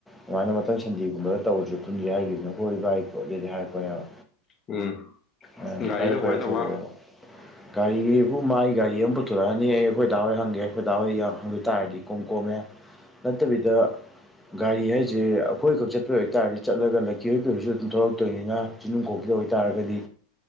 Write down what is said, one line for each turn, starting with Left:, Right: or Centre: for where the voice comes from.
Centre: ꯑꯗꯨꯃꯥꯏꯅ ꯃꯊꯪ ꯁꯟꯗꯦꯒꯨꯝꯕꯘ ꯇꯧꯔꯁꯨ ꯄꯨꯟꯁꯦ ꯍꯥꯏꯈꯤꯕꯅꯤ ꯍꯣꯏ ꯕꯥꯏ ꯈꯣꯠꯂꯦꯗꯤ ꯍꯥꯏꯔꯛꯄꯅꯦꯕ
Left: ꯎꯝ
Centre: ꯑ
Left: ꯒꯥꯔꯤꯅ
Centre: ꯐꯔꯦ
Left: ꯀꯃꯥꯏꯅ
Centre: ꯐꯔꯦ
Left: ꯇꯧꯕ
Centre: ꯆꯠꯂꯨꯔꯣ ꯒꯥꯔꯤ ꯍꯥꯏꯕꯨ ꯃꯥꯒꯤ ꯒꯥꯔꯤ ꯑꯃ ꯄꯨꯊꯣꯔꯛꯑꯅꯤ ꯑꯩ ꯑꯩꯈꯣꯏ ꯗꯥ ꯍꯣꯏ ꯍꯪꯒꯦ ꯑꯩꯈꯣꯏ ꯗꯥ ꯍꯣꯏ ꯌꯥꯎꯘ ꯇꯥꯏꯔꯗꯤ ꯏꯀꯣꯝ ꯀꯣꯝꯃꯦ ꯅꯠꯇꯕꯤꯗ ꯒꯥꯔꯤ ꯍꯥꯏꯁꯦ ꯑꯩꯈꯣꯏꯈꯛ ꯆꯠꯄꯩ ꯑꯣꯏꯇꯥꯔꯗꯤ ꯆꯠꯂꯒ ꯂꯩ ꯀꯤꯌꯔ ꯀꯤꯕꯁꯨ ꯑꯗꯨꯝ ꯊꯣꯛꯂꯛꯇꯣꯏꯅꯤꯅ ꯆꯤꯡꯅꯨꯡ ꯈꯣꯛꯀꯤ ꯑꯣꯏꯇꯥꯔꯒꯗꯤ